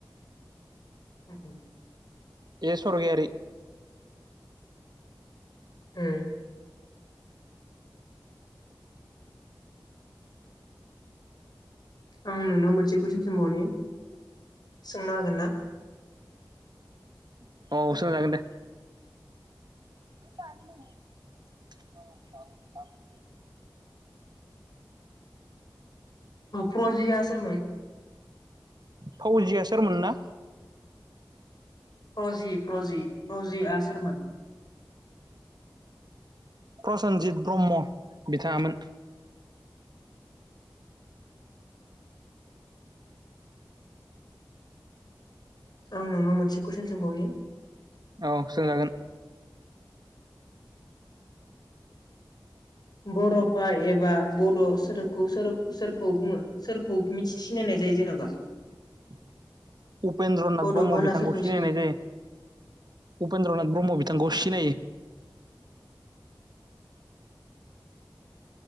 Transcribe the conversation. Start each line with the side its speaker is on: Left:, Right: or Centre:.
Left: <inaudible>
Right: ए स्वर्गियारी।
Left: उम। आं नोंनाव मोनसे कुइसन सोंबावनि सोंनो हागोन ना?
Right: <inaudible> औ सोंजागोन दे। <unintelligible>
Left: प्र'जिया सोरमोन?
Right: फौजिया सोरमोन ना?
Left: प्रजि प्रजि प्रजिआ सोरमोन?
Right: प्रसेनजित ब्रह्म बिथांङामोन।
Left: आं नोंनाव मोनसे कुइसन सोंबावनि।
Right: औ सोंजागोन।
Left: बर'फा एबा बड' सोरखौ सोर सोरखौ बुंङो सोरखौ मिथि सिनायनाय - जायो जेनेबा?
Right: <inaudible> उपेन्द्रनाथ
Left: बड'फा
Right: ब्रह्म
Left: होनना
Right: बिथांखौ
Left: सोरखौ
Right: सिनायनाय
Left: सिनायो
Right: जायो। उपेन्द्रनाथ ब्रह्म बिथांखौ सिनायो।